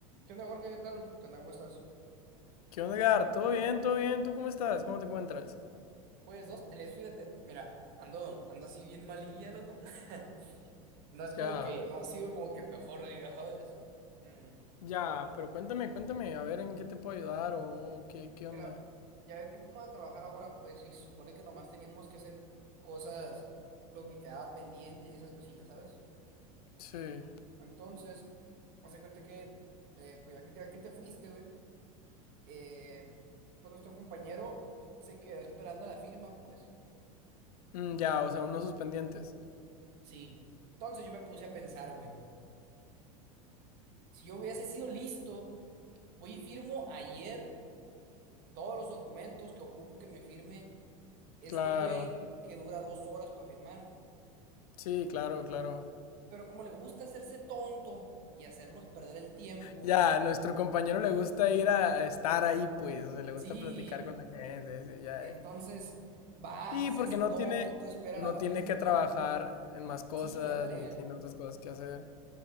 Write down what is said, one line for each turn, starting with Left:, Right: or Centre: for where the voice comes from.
Right: ¿Qué onda, Jorge? ¿Qué tal? ¿Qué onda? ¿Cómo estás?
Left: ¿Qué onda, Gar? ¿Todo bien? ¿Todo bien? ¿Tú cómo estás? ¿Cómo te encuentras?
Right: Pues dos, tres, fíjate. Mira, ando, ando así bien malilla, loco. <laughs> No es como
Left: Ya,
Right: que, no ha sido como que el mejor día, ¿sabes? Mm,
Left: ya, pero cuéntame, cuéntame, a ver en qué te puedo ayudar o, o qué, qué
Right: Mira,
Left: onda.
Right: ya ves que fuimos a trabajar ahora, pues, y se supone que nomás teníamos que hacer cosas, lo que quedaba pendiente y esas cosillas, ¿sabes?
Left: Sí.
Right: Entonces, hace cuenta que, eh, pues, ya que te, ya que te fuiste, güey, eh, pues nuestro compañero se quedó esperando la firma, pues.
Left: Mm, ya, o sea, unos suspendientes.
Right: Sí. Entonces yo me puse a pensar, güey. Si yo hubiese sido listo, voy y firmo ayer todos los documentos que ocupo que me firme este
Left: Claro,
Right: güey que dura dos horas para firmar.
Left: sí, claro, claro.
Right: Pero como le gusta hacerse tonto y hacernos perder el tiempo,
Left: Ya,
Right: güey.
Left: a nuestro compañero le gusta ir a, a estar ahí, pues, o sea, le gusta
Right: Sí,
Left: platicar con la gente, sí, ya,
Right: entonces
Left: ya.
Right: va,
Left: Sí,
Right: se
Left: porque
Right: hace
Left: no
Right: tonto,
Left: tiene,
Right: espera
Left: no
Right: la firma.
Left: tiene que trabajar en más cosas,
Right: Sí, ándale,
Left: ni tiene otras cosas que hacer.